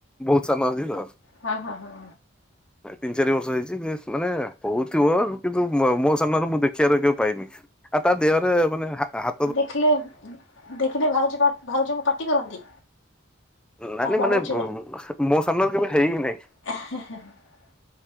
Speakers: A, in the centre; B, on the left.
A: ବହୁତ ସାନ ଅଛି ତ।
B: ହଁ ହଁ ହଁ।
A: ତିନି ଚାରି ବର୍ଷ ହେଇଛି। ମାନେ ବହୁତ ଥିବ କିନ୍ତୁ ମୋ ସାମ୍ନାରେ ମୁଁ ଦେଖିବାର କେ ପାଇନି। ଆଉ ତା ଦେହରେ ମାନେ ହା- ହା
B: ଦେଖିଲେ ଦେଖିଲେ ଭାଉଜ ଭାଉଜଙ୍କୁ ପାଟି କରନ୍ତି?
A: ନାଇଁ
B: କାଇଁ
A: ନାଇଁ
B: ବାଡ଼ଉଛୁ
A: ମାନେ ମୋ ସାମ୍ନାରେ କେବେ ହେଇ ନାଇଁ।
B: ହେଁ-ହଁ